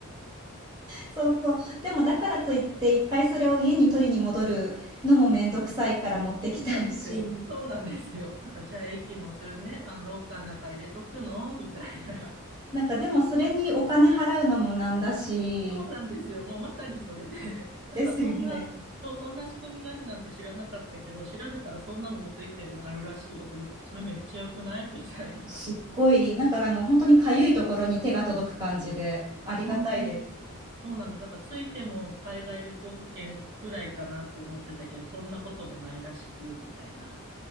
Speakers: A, on the right; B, on the right.
A: そうそう。でもだからといって、一回それを家に取りに戻るのもめんどくさいから持ってきたいし、
B: そうなんですよ。そうなんですよ。なんか、じゃあ駅のするね、あの、ロッカーの中入れとくのみたいな。
A: なんかでもそれにお金払うのもなんだし、
B: そうなんですよ。もうまさにそれで。<laughs> なんかそんな、
A: ですよね。
B: そう、そんな仕組みがあるなんて知らなかったけど、調べたらそんなのもついてるのあるらしいよってなったら、それめっちゃ良くないみたいな。
A: すっごい、なんかあの、本当にかゆいところに手が届く感じで、ありがたいです。
B: 本当にそう、そうなんです。だからついても海外旅行保険ぐらいかなと思ってたけど、そんなこともないらしく、みたいな。